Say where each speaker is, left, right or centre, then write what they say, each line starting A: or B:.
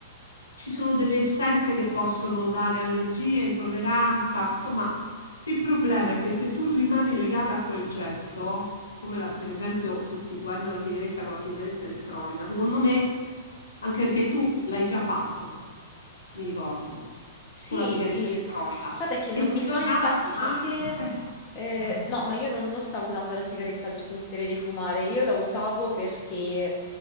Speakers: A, on the left; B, on the left.
A: ci sono delle essenze che possono dare allergie, intolleranza. Insomma, il problema è che se tu rimani legata a quel gesto, come la- per esempio sostituendo la sigaretta con la sigaretta elettronica, secondo me, anche perché tu l'hai già fatto mi ricordo,
B: Sì,
A: con la sigaretta
B: sì,
A: elettronica.
B: il fatto è che non
A: E sei
B: mi fa
A: tornata
B: impazzire,
A: a fumare. <laughs>
B: eh, no, ma io non, non stavo usando la sigaretta per smettere di fumare, io la usavo perché